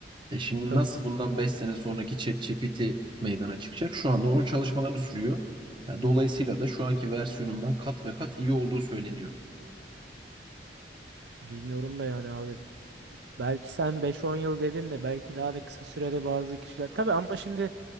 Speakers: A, on the right; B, on the right.
A: E şimdi
B: Tabii.
A: nasıl bundan 5 sene sonraki ChatGPT meydana çıkacak? Şu anda onun çalışmaları sürüyor. Yani dolayısıyla da şu anki versiyonundan kat ve kat iyi olduğu söyleniyor.
B: Bilmiyorum da yani abi. Belki sen beş on yıl dedin de belki daha da kısa sürede bazı kişiler. Tabii ama şimdi